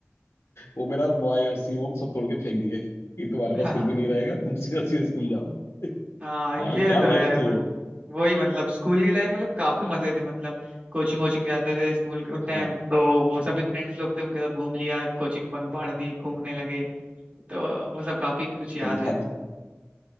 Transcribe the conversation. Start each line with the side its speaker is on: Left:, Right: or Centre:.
Left: वो मेरा मोबाइल सीमोम सब तोड़ के फेंक दिए कि तुम्हारे पास
Right: हाँ
Left: कुछ भी नहीं रहेगा तुम सीधा सीधा स्कूल जाओ
Right: हाँ,
Left: हाँ
Right: ये
Left: यार क्या
Right: तो
Left: लाइफ
Right: है
Left: थी
Right: मत,
Left: वो
Right: वही मतलब स्कूल की लाइफ
Left: हम्म,
Right: मतलब काफी मजे थे मतलब कोचिंग वोचिंग जाते थे स्कूल के टाइम
Left: हाँ
Right: तो वो सब फ्रेंड्स लोग थे उनके साथ घूम लिया कोचिंग बंक मार दी घूमने लगे तो वो सब काफी कुछ याद
Left: सही
Right: है
Left: बात है